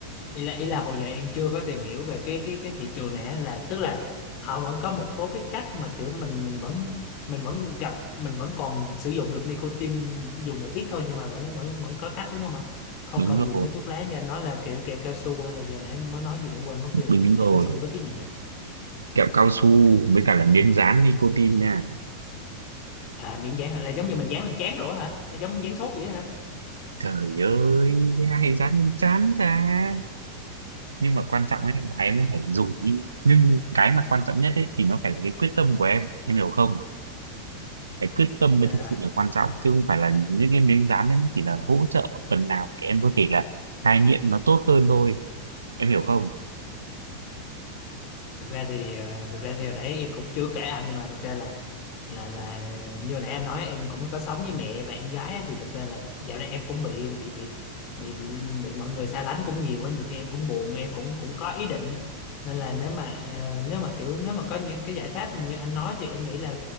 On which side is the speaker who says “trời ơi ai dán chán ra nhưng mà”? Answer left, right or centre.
Right